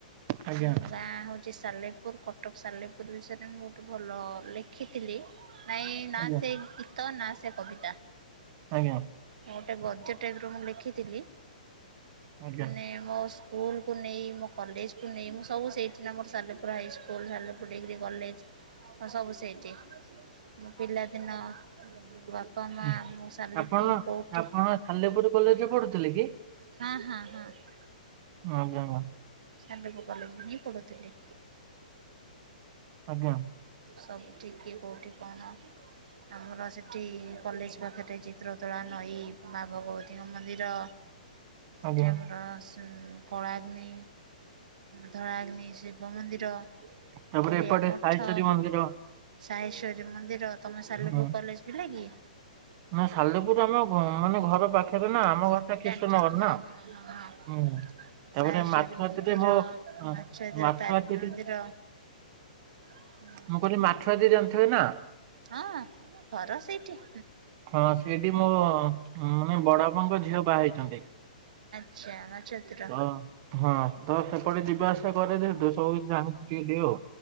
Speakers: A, on the right (about 35°); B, on the right (about 65°).
A: ଆଜ୍ଞା
B: ଆମ ଗାଁ ହଉ ଛି ସାଲେପୁର କଟକ ସାଲେପୁର ବିଷୟରେ ମୁଁ ଗୋଟେ ଭଲ-ଅ-ଅ ଲେଖିଥିଲି। ନାଇଁ ନା
A: ଆଜ୍ଞା
B: ସେ ଗୀତ ନା ସେ କବିତା।
A: ଆଜ୍ଞା।
B: ଗୋଟେ ଗଦ୍ୟ ଟାଇପର ମୁଁ ଲେଖିଥିଲି
A: ଆଜ୍ଞା
B: ମାନେ ମୋ ସ୍ ସ୍କୁଲକୁ ନେଇ ମୋ କଲେଜକୁ ନେଇ ମୁଁ ସବୁ ସେଇଠି ନା ମୋର Salepur high school Salepur degree college. ହଁ ସବୁ ସେଇଠି ମୋ ପିଲାଦିନ ବାପ ବାପା ମାଆ
A: ହୁଁ।
B: ମୁଁ ସାାଲେପୁର
A: ଆପଣ
B: କୋଉଠି
A: ଆପଣ ସାଲେପୁର କଲେଜରେ ପଢୁଥିଲେ କି?
B: ହାଁ-ହାଁ-ହାଁ।
A: ଆଉ କଣ?
B: ସାଲେପୁର କଲେଜରେ ହିଁ ପଢୁଥିଲି।
A: ଆଜ୍ଞା।
B: ସବଜି କି କୋଉଠି କଣ ଆମର ସେଠି କଲେଜ ପାଖରେ ଚିତ୍ରତୋଳା ନଈ ମାଆ ଭଗବତୀଙ୍କ ମନ୍ଦିର ସେଠି
A: ଆଜ୍ଞା।
B: ଆମର ସ୍ ଫଳାଗ୍ନି ଧଳାଗ୍ନି, ଶିବ ମନ୍ଦିର,
A: ତାପରେ
B: ଓଡ଼ିଆ
A: ଏପଟେ
B: ମଠ
A: ସାଇଶ୍ଵରୀ ମନ୍ଦିର
B: ସାହେଶ୍ଵରୀ ମନ୍ଦିର ତମେ ସାଲପୁର
A: ହୁଁ।
B: କଲେଜ ପିଲା କି?
A: ନା ସାଲେପୁର ଆମ ଘ ମାନେ ଘର ପାଖ୍ <inaudible> ଆମ ଘରଟା କିଶନ
B: ଜାଣିଛନ୍ତି
A: ନଗର ନା
B: ହଁ ହଁ ହଁ ହଁ
A: ହୁଁ। ତାପରେ
B: ସାହେଶ୍ଵରୀ
A: ମାଛୁଆତିରେ
B: ମନ୍ଦିର
A: ମୋ ଅଁ
B: ମାଛଧର
A: ମାଛୁଆତିରେ
B: ତାରିଣୀ ମନ୍ଦିର ହଁ
A: ମୁଁ କହିଲି ମାଛୁଆତି ଜାଣିଥିବେ ନା?
B: ହଁ ଆମ ଘର ସେଇଠି।
A: ହଁ ସେଇଠି ମୋ-ଅ-ଅ ମାନେ ବଡ ବାପାଙ୍କ ଝିଅ ବାହା ହେଇଛନ୍ତି।
B: ଆଚ୍ଛା, ମାଛୁଆତିର।
A: ତ ହଁ, ତ ସେପଟେ ଯିବା ଆସିବା କରେ ଯେହେତୁ ସବୁ କିଛି ଜଣିଛି ଟିକେ-ଟିକେ ଆଉ।